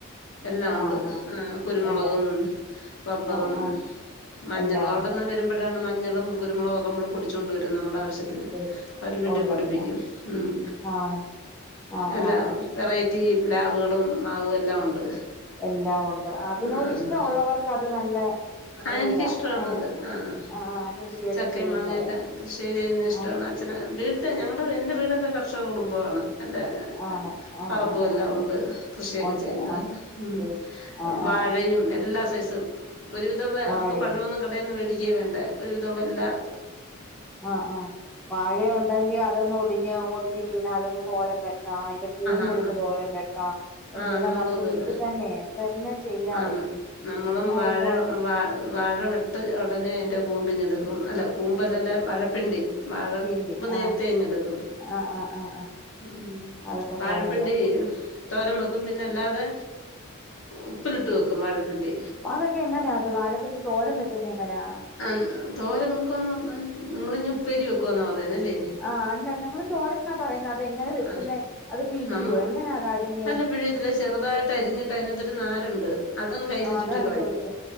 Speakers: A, on the left; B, in the centre.
A: എല്ലാം ഉണ്ട്
B: ആഹ് ആഹ്
A: ഉം കുരുമുളകും
B: എല്ലാം
A: റബ്ബറും
B: ആ ആ
A: മഞ്ഞളും
B: എല്ലാം
A: അവിന്ന്
B: ഉണ്ട്
A: വരുമ്പോഴാണ് മഞ്ഞളും കുരുമുളും ഒക്കെ നമ്മള് പൊടിച്ചൊണ്ട് വരും നമ്മുടെ ആവശ്യത്തിന്
B: വീട്
A: അവര് വീട്ടീ
B: ഉള്ളത്
A: പൊടിപ്പിക്കും
B: ആ
A: ഉം
B: ആണ് ആ
A: എല്ലാ
B: ആ ആ
A: വെറൈറ്റി പ്ലാവുകളും മാവും എല്ലാം ഉണ്ട്
B: എല്ലാം ഉണ്ട് അതിനോട്
A: ആഹ്
B: ഇഷ്ടമുള്ളവർക്ക് അത് നല്ല
A: ആഹ്
B: ഒരിതാ
A: എനിക്കിഷ്ടണത്
B: ഏ
A: ആഹ്
B: ആ ആ, കൃഷിയൊക്കെ
A: ചക്കയും
B: ചെയ്യുന്നത്
A: മാങ്ങയൊക്കെ കൃഷി ചെയ്യുന്നത് ഇഷ്ടാണ്
B: ആ
A: അച്ഛന് വീട്ട് ഞങ്ങളുടെ എൻ്റെ വീടൊക്കെ കർഷക കുടുംബമാണ് അല്ലേ
B: ആണ് ആ
A: പറമ്പും
B: ആ
A: എല്ലാം
B: ആ ആ.
A: ഉണ്ട് കൃഷിയൊക്കെ
B: ഉണ്ട്
A: ചെയ്യുന്നതാണ്
B: ആ
A: ഉം
B: ശരി ആ
A: വാഴയും
B: ആ ആ
A: എല്ലാ സെയ്സും ഒരുവിധമുള്ള
B: വാഴയോ
A: അവർക്ക് പഴവൊന്നും കടൊന്നും മേടിക്കേ വേണ്ട ഒരുവിധമുള്ള എല്ലാം
B: ആഹ് ആഹ് വഴ ഉണ്ടെങ്കിൽ അതൊന്ന് ഒടിഞ്ഞ് ഒടിഞ്ഞ് വീണ അതൊന്ന് തോരൻ വെക്കാം ആഹ് അതിന്റെ കൂമ്പ്
A: ആഹ്
B: എടുത്ത്
A: ആഹ്
B: തോരൻ വെക്കാം എന്തെല്ലാം
A: ആഹ് നമ്മളും
B: നമുക്ക്
A: അതുപോലെ
B: വീട്ടിൽ തന്നെ എന്തെല്ലാം ചെയ്യാവേ
A: ആന്ന് നമ്മളും
B: ആ
A: വാഴ
B: ഒരു തോ-
A: വാ വാഴ വെട്ട് ഉടനെ അതിന്റെ കൂമ്പിങ്ങെടുക്കും അല്ലോ കൂമ്പല്ലല്ല
B: എടുക്കും
A: വഴപ്പിണ്ടി വഴ
B: പിണ്ടി
A: കൂമ്പ് നേരത്തെ
B: ആ
A: ഇങ്ങ്ടുക്കും
B: ആ ആ ആ ആ
A: ഉം
B: അതൊക്കെ
A: വാഴപ്പിണ്ടി
B: തോരൻ വെക്കും
A: തോരൻ വെക്കും പിന്നെ അല്ലാതെ ഉപ്പിലിട്ട് വെക്കും വഴപ്പിണ്ടി
B: അതൊക്കെ എങ്ങനെയാ അത് വാഴപ്പിണ്ടി തോരൻ വെക്കുന്നത് എങ്ങനാ
A: ആഹ് തോരൻ വെക്കുവന്ന് പറഞ്ഞാ നിങ്ങൾ ഞ്ഞി ഉപ്പേരി വെക്കുവന്നാ പറയന്നല്ലേ
B: ആഹ് അല്ല ഞങ്ങളും തോരൻ ന്നാ പറയുന്ന അതെങ്ങന വെക്കുന്നെ
A: ആഹ്
B: അത് പിഴിയോ
A: നമ്മ
B: എങ്ങനാത അരിഞ്ഞേ
A: അല്ല പിഴിയത്തില്ല ചെറുതായിട്ട് അരിഞ്ഞിട്ട് അതിനകത്തൊരു നാരുണ്ട് അതും കയ്ൽ
B: ആഹ് അതാ
A: ചുറ്റിക്കളയും
B: ഞാൻ ചോദിച്ചേ